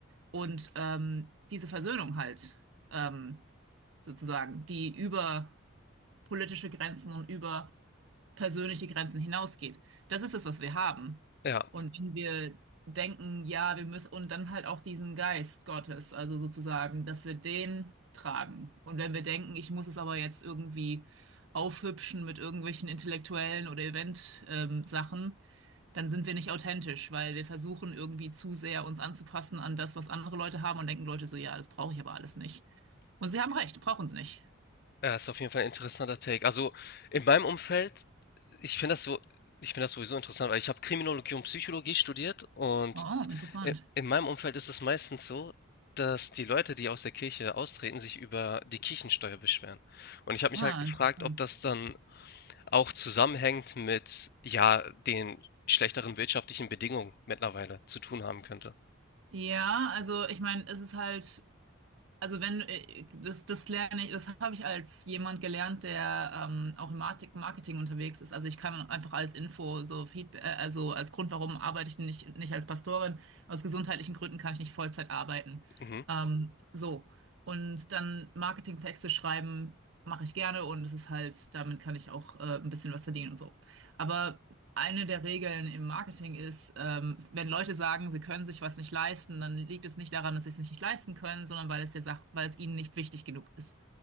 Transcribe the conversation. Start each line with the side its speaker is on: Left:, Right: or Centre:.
Right: und ähm, diese Versöhnung halt ähm, sozusagen, die über politische Grenzen und über persönliche Grenzen hinausgeht. Das ist es, was wir haben.
Left: Ja,
Right: Und wenn wir denken, ja, wir müssen, und dann halt auch diesen Geist Gottes, also sozusagen, dass wir den tragen. Und wenn wir denken, ich muss es aber jetzt irgendwie aufhübschen mit irgendwelchen intellektuellen oder Event-Sachen, dann sind wir nicht authentisch, weil wir versuchen irgendwie zu sehr uns anzupassen an das, was andere Leute haben und denken Leute so, ja, das brauche ich aber alles nicht. Und sie haben recht, brauchen sie nicht.
Left: ja, ist auf jeden Fall ein interessanter Take. Also in meinem Umfeld, ich finde das so, ich finde das sowieso interessant, weil ich habe Kriminologie und Psychologie studiert und
Right: Oh, interessant.
Left: i- in meinem Umfeld ist es meistens so, dass die Leute, die aus der Kirche austreten, sich über die Kirchensteuer beschweren. Und ich habe mich
Right: Ah,
Left: halt gefragt,
Right: interessant.
Left: ob das dann auch zusammenhängt mit, ja, den schlechteren wirtschaftlichen Bedingungen mittlerweile zu tun haben könnte.
Right: Ja, also ich meine, es ist halt, also wenn, äh, das, das lerne ich, das habe ich als jemand gelernt, der ähm, auch im Market- Marketing unterwegs ist. Also ich kann einfach als Info so Feedback, äh, also als Grund, warum arbeite ich nicht, nicht als Pastorin, aus gesundheitlichen Gründen kann ich nicht Vollzeit arbeiten.
Left: Mhm.
Right: Ähm, so. Und dann Marketingtexte schreiben mache ich gerne und es ist halt, damit kann ich auch äh, ein bisschen was verdienen und so. Aber eine der Regeln im Marketing ist, ähm, wenn Leute sagen, sie können sich was nicht leisten, dann liegt es nicht daran, dass sie es nicht leisten können, sondern weil es der Sach weil es ihnen nicht wichtig genug ist.